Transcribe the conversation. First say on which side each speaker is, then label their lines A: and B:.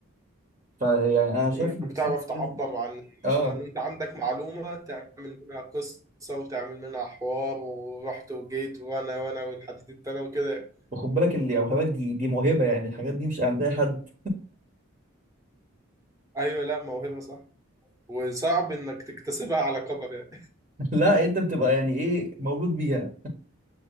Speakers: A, on the right; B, on the right.
A: فيعني انا شايف
B: إنك
A: ان
B: بتعرف
A: السوفت سكيلز
B: تعبر عن
A: اه
B: مثلا أنت عندك معلومة تعمل منها قصة وتعمل منها حوار ورحت وجيت وأنا وأنا والحديد التاني وكده
A: وخد بالك اللي او خبرك دي دي موهبه يعني الحاجات دي مش عند اي حد
B: أيوه لا موهبة صح وصعب إنك تكتسبها على كبر يعني
A: <laughs> لا انت بتبقى يعني ايه مولود بيها